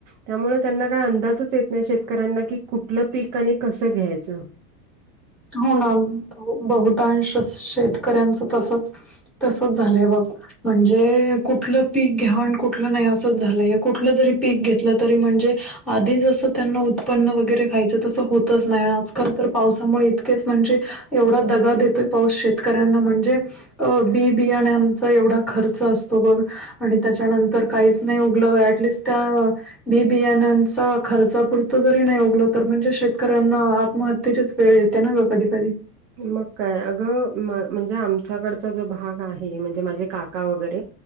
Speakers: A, on the right (about 25°); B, in the centre.
A: त्यामुळे त्यांना काय अंदाजच येत नाही शेतकऱ्यांना की कुठलं पीक आणि कसं घ्यायचं
B: होणार बहुतांश शेतकऱ्यांचं तसच तसच झालं ब म्हणजे कुठलं पीक घेवाण कुठलं नाही असंच झालंय कुठलं जरी पीक घेतलं तरी म्हणजे,, आधी जसं त्यांना उत्पन्न वगैरे खायचं तसं होतच नाही आजकाल तर पावसामुळे इं म्हणजे एवढा दगा देतोय पाऊस शेतकऱ्यांना म्हणजे, अ बी बियाण्याचा एवढा खर्च असतो बघ. आणि त्याच्यानंतर काहीच नाही उघल ऍटलिस्ट त्या बि बियानाचा खर्चापुरत जरी नाही उगल तर म्हणजे शेतकऱ्यांना आत्महत्येचीच वेळ येत. त्या न गं कधी कधी.
A: मग काय अगं म्हणजे आमच्याकडचा जो भाग आहे म्हणजे माझे काका वगैरे